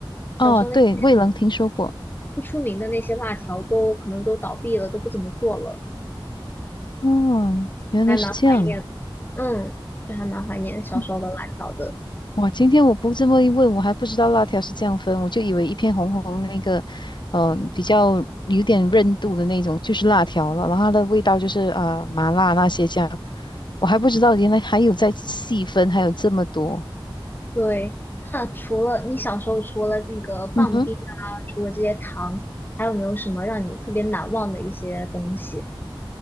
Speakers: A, on the left; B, on the left.
A: 小时候那些
B: 哦，对，未能听说过。
A: 不出名的那些辣条都可能都倒闭了，都不怎么做了，
B: 哦，原来是这样。
A: 还蛮怀念，嗯，就还蛮怀念小时候的辣条的。
B: 哼哇，今天我不这么一问，我还不知道辣条是这样分，我就以为一片红红那个，嗯、比较有点韧度的那种就是辣条了，然后它的味道就是啊、呃麻辣那些这样。我还不知道原来还有在细分，还有这么多。
A: 对，那除了你小时候除了那个棒冰啊，
B: 嗯哼，
A: 除了这些糖，还有没有什么让你特别难忘的一些东西？